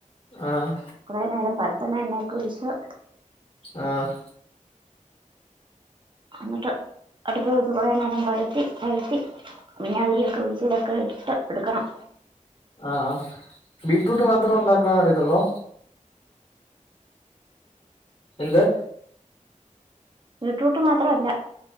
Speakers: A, on the left; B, on the right.
A: ആഹ്
B: കുറെ നേരം <unintelligible> എണ്ണയൊക്കെ <unintelligible>
A: ആഹ്.
B: എന്നിട്ട് അടുത്ത നിക്ക് കൊറേ നേരം വഴ ത്തി അഴത്തി <unintelligible> ഒക്കെ ഒഴിച്ച ഇതൊക്കെ എടുത്ത് എടുക്കണം
A: ആഹ് ബീറ്റ്റൂട്ട് മാത്രം ഉണ്ടാക്കാൻ അറിയത്തുള്ളോ? എന്ത്?
B: വീറ്റ്റൂട്ട് മാത്രല്ല.